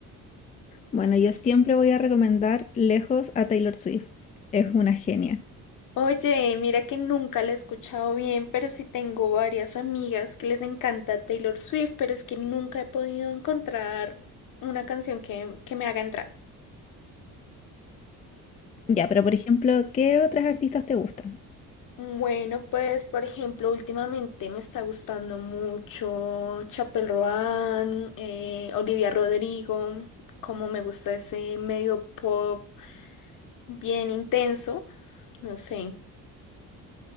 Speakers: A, on the left; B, on the left.
A: Bueno, yo siempre voy a recomendar lejos a Taylor Swift. Es una genia.
B: Oye, mira que nunca la he escuchado bien, pero sí tengo varias amigas que les encanta Taylor Swift, pero es que nunca he podido encontrar una canción que, que me haga entrar.
A: Ya, pero por ejemplo, ¿qué otras artistas te gustan?
B: Bueno, pues por ejemplo, últimamente me está gustando mucho Chapel Roan, eh, Olivia Rodrigo, como me gusta ese medio pop bien intenso, no sé.